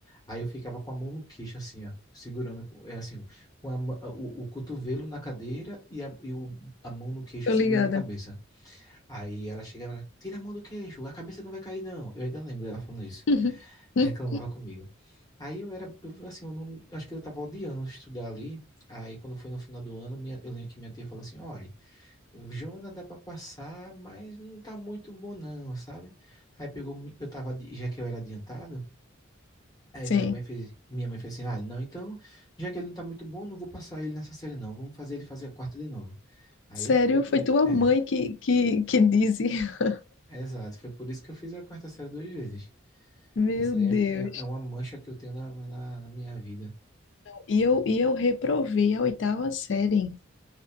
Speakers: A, on the left; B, on the left.
A: Aí eu ficava com a mão no queixo, assim, ó, segurando, é assim, com a ma- o, o cotovelo na cadeira e, a, e o- a mão no queixo
B: Tô
A: segurando
B: ligada.
A: a cabeça. Aí ela chegava lá, tira a mão do queixo, a cabeça não vai cair, não. Eu ainda lembro ela falando isso.
B: Uhum.
A: Reclamava
B: Hum?
A: comigo. Aí eu era, eu, assim, eu não, eu acho que eu tava odiando estudar ali. Aí quando foi no final do ano, minha, eu lembro que minha tia falou assim, olha, o Jona dá pra passar, mas não tá muito bom não, sabe? Aí pegou, eu tava, já que eu era adiantado, aí
B: Sim.
A: minha mãe fez, minha mãe fez assim, ah, não, então, já que ele não tá muito bom, não vou passar ele nessa série não, vamos fazer ele fazer a quarta de novo. Aí
B: Sério,
A: eu fui por,
B: foi tua
A: é,
B: mãe que, que, que disse. <laughs>
A: é exato, foi por isso que eu fiz a quarta série duas vezes.
B: Meu
A: Isso aí
B: Deus.
A: é, é, é uma mancha que eu tenho na, na, na minha vida.
B: E eu, e eu reprovei a oitava série